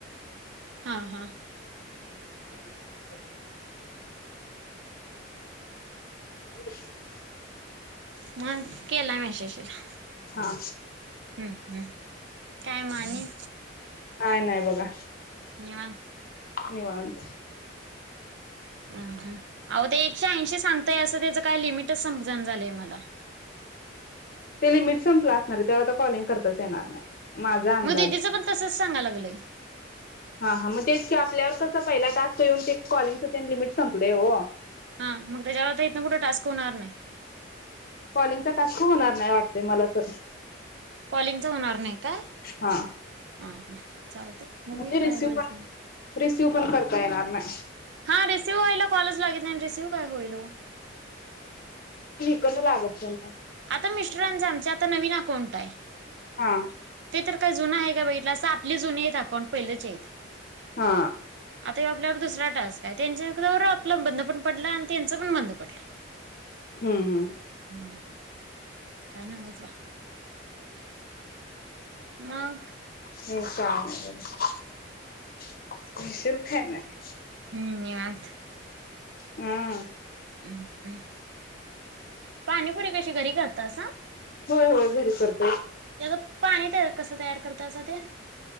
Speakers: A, on the right (about 65°); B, on the left (about 50°).
A: हां, हां.
B: <inaudible> <inaudible>
A: मगं केला मॅसेज तिला.
B: हा.
A: हम्म हम्म काय म आणि?
B: काय नाही बघा.
A: निवांत.
B: निवाांत.
A: अहो ते एकशे-ऐंशी सांगताय. असं त्याच काय लिमिटच समजणं झालंय मला.
B: ते लिमिट संपलं असणार आहे. तेव्हा आता कॉलिंग करताच येणार नाही. माझा अंदाज
A: मग दीदीचं पण तसच सांगयला लागलं. लय.
B: हा. हा. मग तेच की आपल्यावर कस पहिला टास्क येऊन ते कॉलिंगच तेन लिमिट संपलंय हो.
A: हा मग त्याच्यावर इतन पुढं टास्क होणार नाही.
B: कॉलिंग कर टख होणार नाही वाटते मला तर
A: कॉलिंगच होणार नाही काय
B: हा
A: हा हा चालतय बघूया
B: म्हणजे
A: काय
B: रिसिव
A: होईल
B: पण
A: ते
B: रिसिव पण करता येणार नाही
A: हा रिसिव व्हयाला कॉलच लागित नाही आणि रिसिव काय होईल वो
B: तेन लागत पण नाही
A: आता मिस्टरांच आमच्या आता नवीन अकाउंट आहे
B: हा
A: ते तर काय जुनं आहे का बघितलाअस आपली जुनी आहेत अकाउंट पहिलेच आहेत
B: हा
A: आता आपल्यावर दुसरा टास्क आहे त्यांचं बंद आपलं पण बंद पडला आणि त्यांच पण बंद पडलं
B: हम्म हमम
A: हम्म काय नवंच बा म
B: हम् काय नाही बघा स्पेशल काय नाही
A: हम्म निवांत
B: हम्
A: हम् हम् पाणीपुरी कशी घरी करतासा
B: होय होय घरी करते
A: त्याच पाणी कस तयार करतासा ते